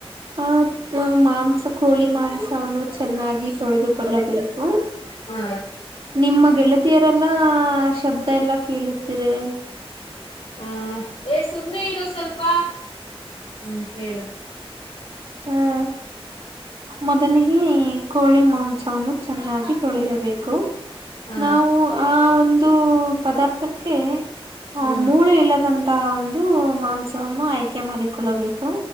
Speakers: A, on the right; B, on the left.
A: ಆ ಮಾಂಸ ಕೋಳಿ ಮಾಂಸವನ್ನು ಚೆನ್ನಾಗಿ ತೊಳೆದುಕೊಳ್ಳಬೇಕು
B: ಹಾ
A: ನಿಮ್ಮ ಗೆಳತಿಯರು ಲ್ಲ ಶಬ್ದ ಎಲ್ಲಾ ಕೇಳುತ್ತಿದೆ
B: ಹಾ ಏ ಸುಮ್ಮನೆ ಇರೋ ಸ್ವಲ್ಪ ಹ್ಮ್ ಹೇಳು
A: ಹ್ಮ ಮೊದಲಿಗೆ ಕೋಳಿ ಮಾಂಸನು ಚೆನ್ನಾಗಿ ತೊಳೆಯಬೇಕು
B: ಹಾ
A: ನಾವು ಆ ಒಂದು ದು ಪದಾರ್ಥ ದಕ್ಕೆ ಆ
B: ಹ್ಮ್
A: ಮೂಳೆ ಇಲ್ಲದಂತಹ ಒಂದು ಅದು ಅಂಸವನ್ನು ಆಯ್ಕೆ ಮಾಡಿಕೊಳ್ಳಬೇಕು